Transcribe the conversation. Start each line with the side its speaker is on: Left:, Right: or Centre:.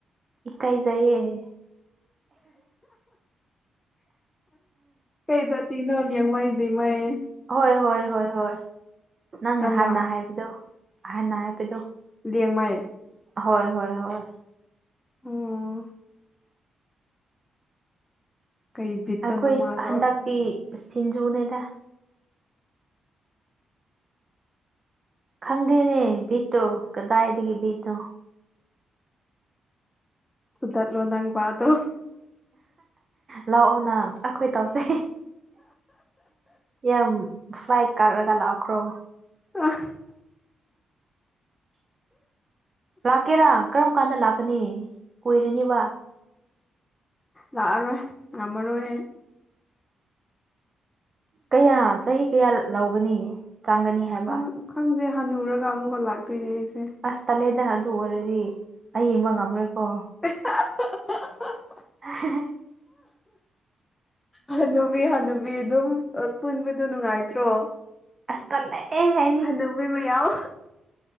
Right: ꯏꯀꯥꯏꯖꯏꯌꯦꯦ
Left: ꯀꯩ ꯖꯥꯇꯤꯅꯣ ꯌꯦꯡꯃꯩ ꯖꯤꯃꯩ
Right: ꯍꯣꯏ ꯍꯣꯏ ꯍꯣꯏ ꯍꯣꯏ ꯅꯪ
Left: ꯀꯔꯝꯕ
Right: ꯍꯥꯟꯅ ꯍꯥꯏꯕꯗꯣ ꯍꯥꯟꯅ ꯍꯥꯏꯕꯗꯣ
Left: ꯂꯦꯡꯃꯥꯏ꯫
Right: ꯍꯣꯏ ꯍꯣꯏ ꯍꯣꯏ
Left: ꯎꯝ ꯀꯩ ꯕꯤꯠꯇꯅꯣ
Right: ꯑꯩꯈꯣꯏ
Left: ꯃꯥꯗꯣ
Right: ꯍꯟꯗꯛꯇꯤ ꯁꯤꯡꯖꯨꯅꯦꯗ ꯈꯪꯗꯦꯅꯦ ꯚꯤꯠꯇꯣ ꯀꯗꯥꯏꯗꯒꯤ ꯚꯤꯠꯅꯣ
Left: ꯈꯨꯗꯔꯂꯣꯗꯪꯕꯥꯗꯣ
Right: ꯂꯥꯛꯑꯣ ꯅꯪ ꯑꯩꯈꯣꯏ ꯇꯧꯁꯦ ꯌꯥꯝ ꯐ꯭ꯂꯥꯏꯠ ꯀꯥꯔꯒ ꯂꯥꯛꯈ꯭ꯔꯣ
Left: ꯑ
Right: ꯂꯥꯛꯀꯦꯔꯥ ꯀꯔꯝ ꯀꯥꯟꯗ ꯂꯥꯛꯀꯅꯤ ꯀꯨꯏꯔꯅꯤꯕ꯫
Left: ꯂꯥꯛꯑꯔꯣꯏ ꯉꯝꯃꯔꯣꯏ ꯑꯩ꯫
Right: ꯀꯌꯥ ꯆꯍꯤ ꯀꯌꯥ ꯂꯧꯒꯅꯤ ꯆꯥꯡꯒꯅꯤ ꯍꯥꯏꯕ
Left: ꯈꯪ ꯈꯪꯗꯦ ꯍꯟꯅꯨꯔꯒ ꯑꯃꯨꯛꯀ ꯂꯥꯛꯇꯣꯏꯅꯦ ꯑꯩꯁꯦ
Right: ꯑꯁ ꯇꯠꯂꯦꯗ ꯑꯗꯨ ꯑꯣꯏꯔꯗꯤ ꯑꯩ ꯑꯌꯦꯡꯕ ꯉꯝꯃꯔꯣꯏꯀꯣ꯫
Left: <unintelligible>
Right: <unintelligible>
Left: ꯍꯅꯨꯕꯤ ꯍꯅꯨꯕꯤ ꯑꯗꯨꯝ ꯄꯨꯟꯕꯗꯣ ꯅꯨꯡꯉꯥꯏꯇ꯭ꯔꯣ
Right: ꯑꯁ ꯇꯜꯂꯦ ꯑꯦꯍ
Left: ꯍꯅꯨꯃꯤ ꯃꯌꯥꯝ